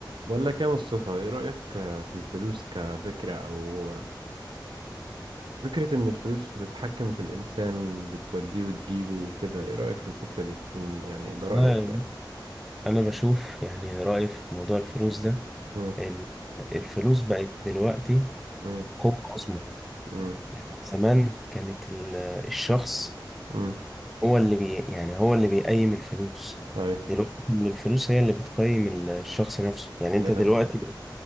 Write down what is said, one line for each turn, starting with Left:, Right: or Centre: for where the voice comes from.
Right: بقول لك يا مصطفى ايه رأيك في الفلوس كفكرة او فكرة ان الفلوس بتتحكم في الانسان بتوديه وتجيبه وكده ايه رأيك في الفكرة دي مم، يعني ده رأيي
Centre: والله
Right: الشائع
Centre: بص، أنا بشوف يعني رأيي في موضوع الفلوس ده
Right: مم،
Centre: إن الفلوس بقت دلوقتي
Right: مم،
Centre: قوة عظمى
Right: مم،
Centre: يعني زمان كانت ال- الشخص
Right: مم،
Centre: هو اللي بي يعني هو اللي بيقيم الفلوس
Right: ايوه
Centre: دلوقتي الفلوس هي اللي بتقيم الشخص نفسه يعني أنت
Right: ده-
Centre: دلوقتي